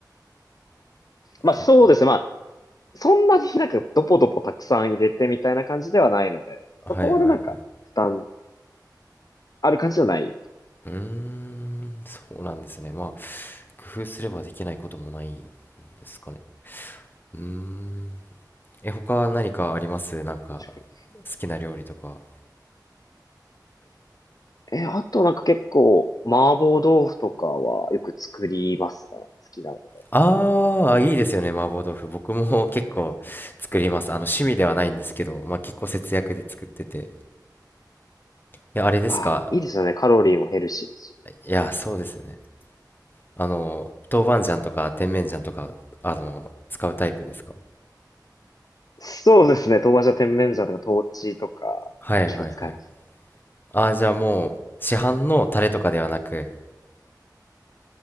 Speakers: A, on the left; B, on the left.
A: まあそうですね、
B: はい
A: まあ、そんなになんかドポドポたくさん入れてみたいな感じではないので、
B: はいはいはい。
A: そこまでなんか負担ある感じじゃない。
B: うーん、そうなんですね。まあ、工夫すればできないこともないんですかね。うーん。え、他何かありますなんか、
A: 確かに
B: 好きな料理とか。
A: え、あとなんか結構麻婆豆腐とかはよく作りますね。好きなので。
B: ああ、いいですよね、麻婆豆腐。僕も <laughs> 結構作ります。あの、趣味ではないんですけど、まあ結構節約で作ってて。いや、あれですか
A: ああ、いいですよね。カロリーもヘルシーですし。
B: いや、そうですよね。あの、豆板醤とか甜麺醤とか、あの、使うタイプですか
A: そうですね。豆板醤、甜麺醤とか、豆豉とか。
B: はいはいはい。
A: 結構使えます。
B: ああ、じゃあもう、市販のタレとかではなく、